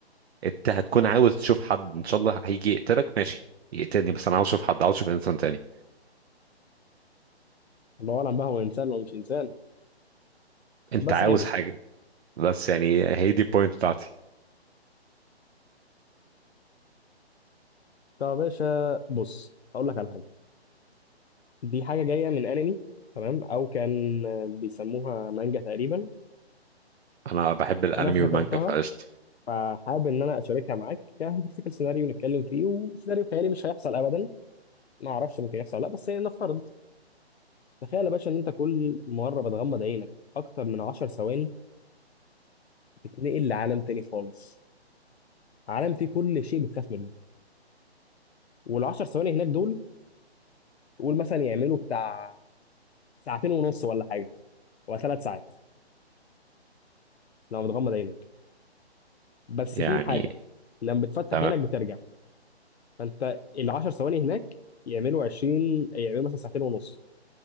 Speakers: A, on the right (about 70°); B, on the left (about 70°).
A: انت هتكون عاوز تشوف حد ان شاء الله هيجي يقتلك ماشي يقتلني بس انا عاوز اشوف حد عاوز اشوف انسان تاني
B: الله أعلم بقى هو إنسان ولا مش إنسان
A: انت
B: بس
A: عاوز
B: حلو
A: حاجه بس يعني هي دي البوينت بتاعتي
B: طب يا باشا بص أقول لك على حاجة دي حاجة جاية من أنمي تمام أو كان آه، بيسموها مانجا تقريبا
A: انا بحب الانمي
B: أنا افتكرتها
A: والمانجا فقشطه
B: فحابب إن أنا أشاركها معاك كهيبوثيكال سيناريو نتكلم فيه وسيناريو خيالي مش هيحصل أبدا ما أعرفش ممكن يحصل ولا لأ بس يعني نفترض تخيل يا باشا إن أنت كل مرة بتغمض عينك أكتر من 10 ثواني تتنقل لعالم تاني خالص عالم فيه كل شيء بتخاف منه والعشر ثواني هناك دول قول مثلا يعملوا بتاع ساعتين ونص ولا حاجه ولا ثلاث ساعات لما بتغمض عينك بس
A: يعني
B: في حاجه لما بتفتح
A: تمام
B: عينك بترجع فانت العشر ثواني هناك يعملوا 20 يعملوا مثلا ساعتين ونص